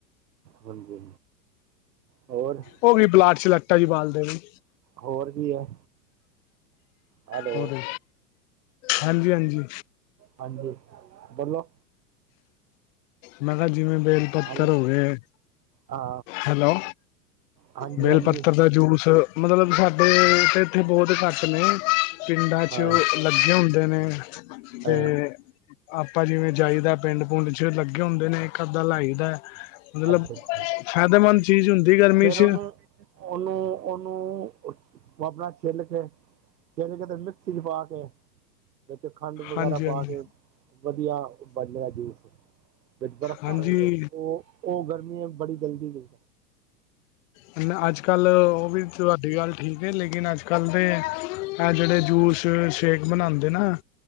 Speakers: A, on the right (about 85°); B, on the left (about 55°).
A: ਹਾਂਜੀ ਹੋਰ
B: ਉਹ ਵੀ ਬਲਾਟ ਚ ਲੈਟਾ ਹੀ ਬਾਲ ਦੇ ਨੇ।
A: ਹੋਰ ਵੀ ਹੈ। ਹੈਲੋ
B: ਹੋ ਹਾਂਜੀ ਹਾਂਜੀ।
A: ਹਾਂਜੀ ਬੋਲੋ,
B: ਮੈਂ ਕਿਹਾ ਜਿਵੇਂ ਬੇਲ ਪੱਤਰ
A: ਹੈਲੋ
B: ਹੋ ਗਏ
A: ਹਾਂ
B: ਹੈਲੋ,
A: ਹਾਂਜੀ
B: ਬੇਲ
A: ਹਾਂਜੀ
B: ਪੱਤਰ ਦਾ ਜੂਸ ਮਤਲਬ ਸਾਡੇ ਤੇ ਇੱਥੇ ਬਹੁਤ ਘੱਟ ਨੇ ਪਿੰਡਾਂ
A: ਹਾਂ
B: ਚ ਲੱਗੇ ਹੁੰਦੇ ਨੇ ਤੇ
A: ਹਾਂ
B: ਆਪਾਂ ਜਿਵੇਂ ਜਾਈਦਾ ਪਿੰਡ ਪੁੰਡ ਚ ਲਗੇ ਅੱਗੇ ਹੁੰਦੇ ਨੇ ਇੱਕ ਅੱਧਾ ਲਾਈਦਾ ਮਤਲਬ
A: ਅੱਛਾ ਅੱਛਾ
B: ਫਾਇਦੇਮੰਦ ਚੀਜ਼ ਹੁੰਦੀ ਗਰਮੀ
A: ਫਿਰ
B: ਚ।
A: ਉਹਨੂੰ ਉਹਨੂੰ ਉਹਨੂੰ ਆਪ ਆਪਣਾ ਛਿੱਲ ਕੇ ਜਦੇ ਕਿਤੇ ਮਿਕਸੀ ਚ ਪਾ ਕੇ ਵਿੱਚ ਖੰਡ ਵਗੈਰਾ
B: ਹਾਂਜੀ
A: ਪਾ
B: ਹਾਂਜੀ
A: ਕੇ ਵਧੀਆ ਬਣੇਗਾ ਜੂਸ। ਵਿੱਚ ਬਰਫ਼
B: ਹਾਂਜੀ
A: ਆਵੇ ਤੇ ਉਹ ਉਹ ਗਰਮੀਆਂ ਬੜੀ ਜਲਦੀ ਸੀ।
B: ਹੁਣ ਅੱਜ ਕੱਲ੍ਹ ਉਹ ਵੀ ਤੁਹਾਡੀ ਗੱਲ ਠੀਕ ਹੈ ਲੇਕਿਨ ਅੱਜ ਕੱਲ੍ਹ ਦੇ ਇਹ ਜਿਹੜੇ ਜੂਸ ਸ਼ੇਕ ਬਣਾਂਦੇ ਨਾ।